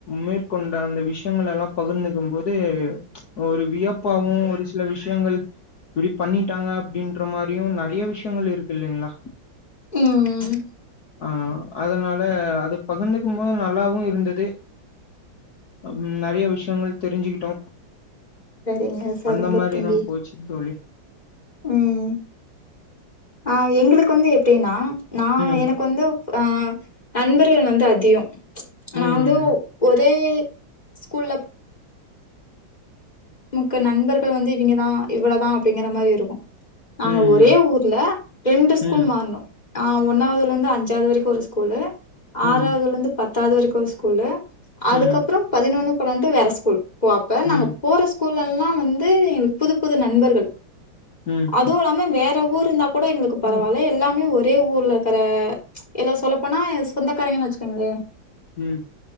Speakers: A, on the left (about 55°); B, on the left (about 20°).
A: மேற்கொண்ட அந்த விஷ்யங்களெல்லா பகிர்ந்துக்கு போது ஒரு வியப்பாவு ஒரு சில விஷ்யங்கள் இப்டி பண்ணிட்டாங்க அப்டின்றமாரியு நறைய விஷ்யங்கள் இருக்கு இல்லிங்ளா
B: ம் ம்
A: ஆ அதனால அது பகிர்ந்துக்குபோது நல்லாவு இருந்துது ம் நறைய விஷ்யங்கள் தெரிஞ்சுக்கிட்டோ
B: சரிங்க, சரிங்க
A: அந்த மாரிதா
B: தம்பி.
A: போச்சு தோழி <inaudible>
B: ம். ஆ எங்களுக்கு வந்து எப்டின்னா நா
A: ம்
B: எனக்கு வந்து ஆ நண்பர்கள் வந்து அதிகோ நா
A: ம்
B: வந்து ஒரே ஸ்கூல்ல நமக்கு நண்பர்கள் வந்து இவிங்கதா இவ்ளதா அப்டிங்கிற மாரி இருக்கு நாங்க
A: ம்
B: ஒரே ஊர்ல ரெண்டு ஸ்கூல்
A: ம்
B: மார்னோ ஆ ஒன்னாவதுலருந்து அஞ்சாவது வரைக்கு ஒரு ஸ்கூலு ஆறாவதுலருந்து
A: ம்
B: பத்தாவது வரைக்கு ஒரு ஸ்கூலு அதுக்கப்பறோ
A: ம் ம்
B: பதினொன்னு பன்னெண்டு வேற ஸ்கூல் ஓ அப்பதா நாங்க
A: ம்
B: போற ஸ்கூல்லல்லா வந்து எனக்கு புது புது நண்பர்கள்
A: ம் ம்
B: அதுவுயில்லாம வேற ஊர் இருந்தா கூட எங்களுக்கு பரவால்ல
A: ம்
B: எல்லாமே ஒரு இதே ஊர்ல இருக்கற எல்லா சொல்லப்போனா ஏ சொந்தக்காரங்கன்னு வெச்சுக்கோங்களே
A: ம்.